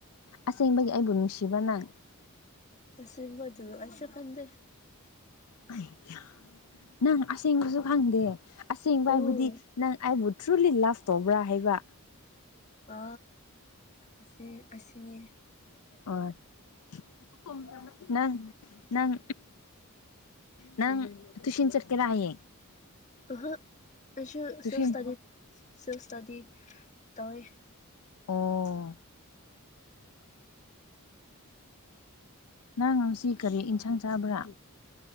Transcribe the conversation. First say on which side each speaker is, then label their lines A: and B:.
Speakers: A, on the left; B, on the left.
A: ꯑꯁꯦꯡꯕꯒꯤ ꯑꯩꯕꯨ ꯅꯨꯡꯁꯤꯕꯅꯪ
B: ꯑꯁꯦꯡꯕꯗꯨ ꯑꯩꯁꯨ ꯈꯪꯗꯦ
A: ꯑꯩ ꯌꯥ ꯅꯪ ꯑꯁꯦꯡꯕꯁꯨ ꯈꯪꯗꯦ ꯑꯁꯦꯡꯕ ꯍꯥꯏꯕꯨꯗꯤ
B: ꯎꯝ
A: ꯅꯪ ꯑꯩꯕꯨ ꯇꯊ꯭ꯔꯨꯂꯤ ꯂꯞ ꯇꯧꯕ꯭ꯔꯥ ꯍꯥꯏꯕ
B: ꯑ ꯑꯁꯤ ꯑꯁꯤꯅꯤ
A: ꯑꯣ ꯅꯪ ꯅꯪ ꯅꯪ ꯇꯨꯏꯁꯟ ꯆꯠꯀꯦꯔ ꯍꯥꯌꯦꯡ
B: ꯑꯥꯍꯥ ꯑꯩꯁꯨ
A: ꯇꯨꯏꯁꯟ
B: ꯁꯤꯜꯁꯇꯗꯤ ꯁꯤꯜꯁꯇꯗꯤ ꯇꯧꯋꯦ
A: ꯑꯥ ꯅꯪ ꯉꯁꯤ ꯀꯔꯤ ꯌꯦꯟꯁꯥꯡ ꯆꯥꯕ꯭ꯔꯥ